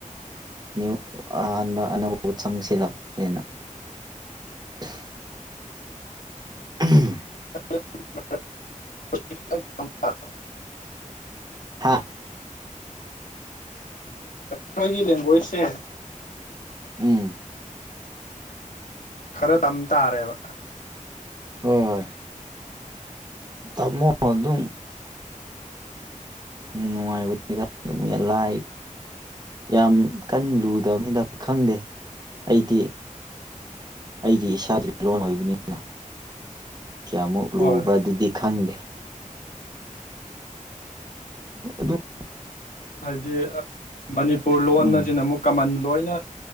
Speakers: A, on the right; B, on the left.
A: ꯌꯨ ꯑꯍꯥꯟꯕ ꯑꯅꯧꯕꯧꯕ ꯆꯪꯁꯤꯂꯅꯤꯅ <unintelligible> ꯎꯝ
B: <unintelligible>
A: ꯍꯥꯥ
B: ꯈꯣꯏꯒꯤ ꯂꯦꯡꯒ꯭ꯋꯦꯖꯁꯦ
A: ꯎꯝ
B: ꯈꯔ ꯇꯝ ꯇꯥꯔꯦꯕ
A: ꯍꯣꯏ ꯇꯃꯣ ꯑꯗꯨꯝ ꯅꯨꯡꯉꯥꯏꯂ ꯌꯥꯝ ꯀꯟꯅ ꯂꯨꯗꯕꯅꯤꯗ ꯈꯪꯗꯦ ꯑꯩꯗꯤ ꯑꯩꯒꯤ ꯏꯁꯥꯒꯤ ꯂꯣꯟ ꯑꯣꯏꯕꯅꯤꯅ ꯀꯌꯥꯃꯨꯛ ꯂꯨꯕ꯭ꯔꯥ
B: ꯍꯣꯏ
A: ꯑꯗꯨꯗꯤ ꯈꯪꯗꯦ ꯑꯗꯨꯗ
B: ꯍꯥꯏꯗꯤ ꯃꯅꯤꯄꯨꯔ ꯂꯣꯟ
A: ꯎꯝ
B: ꯑꯁꯤꯅ ꯑꯃꯨꯛ ꯀꯃꯟ ꯂꯣꯏꯅ